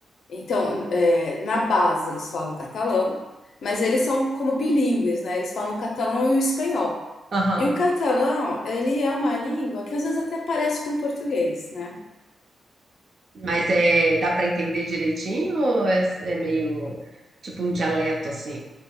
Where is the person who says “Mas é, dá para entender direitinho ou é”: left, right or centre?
Right